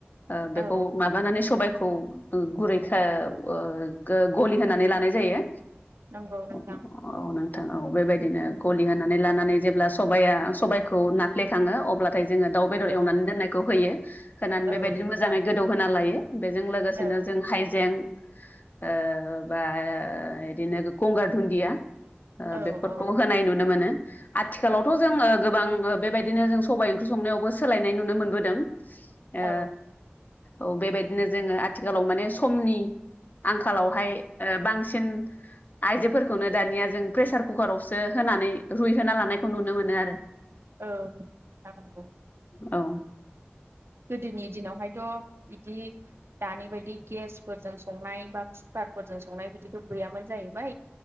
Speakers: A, on the left; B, on the right.
A: ओ बेखौ
B: औ
A: माबानानै सबाय खौ गुरैखौ ओ गो गलि होनानै लानाय जायो।
B: नंगौ नोंथां
A: अ नों थां औ बेबायदिनो गलि होनानै लानानै जेब्ला सबाया सबायखौ नाफ्लेखाङो अब्ला थाय जोङो दाउ बेदर
B: औ
A: एवनानै दोननायखौ होयो होनानै
B: औ
A: बेबायदिनो
B: नोंथां
A: मोजाङै गोदौ होना लायो। बेजों लोगोसेनो
B: औ
A: जों हाइजें ओ बा इदिनो गंगार दुन्दिया ओ
B: औ
A: बेफोरखौ
B: औ
A: होनाय नुनो मोनो। आथिखालावथ'
B: नंगौ
A: जों ओ गोबां ओ बेबायदिनो जों सबाय ओंख्रि संनायावबो सोलायनाय नुनो मोनबोदों। ओ
B: औ
A: औ बेबायदिनो जोङो आथिखालाव माने समनि आंखालावहाय ओ बांसिन आइजोफोरखौनो दानिया जों प्रेसार कुकारावसो होनानै रुइहोना लानायखौ नुनो मोनो आरो।
B: ओ <unintelligible>
A: औ
B: गोदोनि दिनावहायथ' बिदि दानि बायदि गेसफोरजों संनाय बा खुखा खार फोरजों संनाय बिदिथ' गैयामोन जाहैबाय।